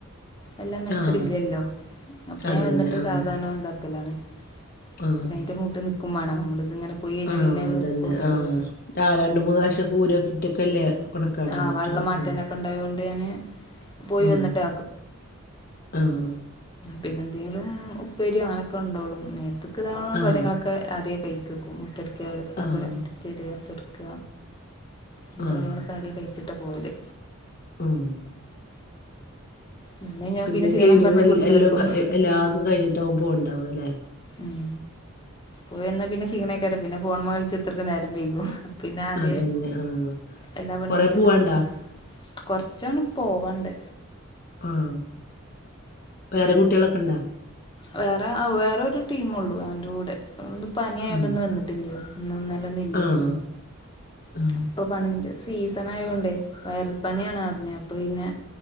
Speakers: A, on the left; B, on the left.
A: എല്ലാം മനക്കിട
B: ആഹ്
A: ഇല്ലല്ലോ അപ്പൊ
B: അതന്നെ
A: ഞാൻ വന്നിട്ട്
B: ആഹ്
A: സാവധാനം ഉന്താക്കലാണ്
B: ആഹ്
A: പിന്നെ അതിന്റെ മൂട്ട് നിക്കുമ്പേണോ നമ്മടെ ഇത് ഇങ്ങനെ പോയി കഴിഞ്ഞാൽ
B: ആഹ്
A: പിന്നെ
B: അതന്നെ
A: പതിക്ക
B: ആഹ് ആഹ് രണ്ട് മൂന്ന് പ്രശക്ക ഊരക്കിട്ടൊക്കല്ലേ കണക്കാടാൻ
A: ആ
B: പറ്റുള്ള
A: വെള്ളം മാറ്റാനൊക്കെ
B: ഉം
A: ഉണ്ടായോണ്ട് ഞാന് പോയി
B: ഉം
A: വന്നിട്ടേ
B: ആഹ്
A: പിന്നെന്തെങ്കിലും ഉപ്പേരിയോ അങ്ങനെയൊക്കെ ഉണ്ടോള്ളും മേത്തക്ക് ഇതക
B: ആഹ്
A: പണികളൊക്കെ ആദ്യേ കഴ ക്കും മുറ്റടിക്ക അകം
B: ആഹ്
A: അടിചേരുക തുടക്ക അങ്ങനത്തെ
B: ആഹ്
A: പണികളോക്കെ കഴിച്ചിട്ട പോവല്
B: ഉം
A: നിന്ന് കഴിഞ്ഞാൽ
B: പിന്നെ
A: ക്ഷീണം
B: ക്ലീനിങ്
A: പറഞ്ഞ് കുത്തിർക്കും
B: എല്ലാം എല്ലാതും കഴിഞ്ഞിട്ടാവകും പോകണ്ടാവും അല്ലേ
A: ഉം പോയിന്നാ പിന്നെ ക്ഷീണക്കാര പിന്നെ ഫോൺ മളിച്ചുത്തർക്ക് നേരം വൈക്കും പിന്നെ ആദ്യ
B: അതന്നെ ആഹ്
A: എല്ലാ പണയിച്ചിട്ട്
B: കൊറെ പോവാണ്ടാ
A: പോ കൊറച്ചോണ പോവാണ്ട്
B: ആഹ് വേറെ കുട്ടികളൊക്കെ ഉണ്ടാ
A: വേറെ വേറെരു ടീമള്ളു അവൻറെ കൂടെന്ന് പനിയായുണ്ടന്ന്
B: ഉം
A: വന്നിട്ട് ഇന്നും ഇന്നല്ലൊന്നില്ല
B: ആഹ് ആഹ്
A: ഇപ്പൊ പനിന്റെ സീസൺ ആയോണ്ടേ വയറൽപ്പനിയാണ് അറിഞ്ഞത് അപ്പൊ പിന്നെ